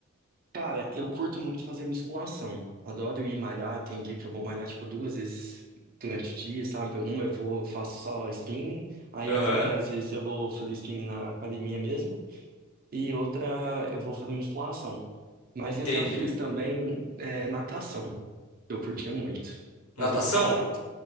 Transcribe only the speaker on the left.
Aham,
entendi.
Natação?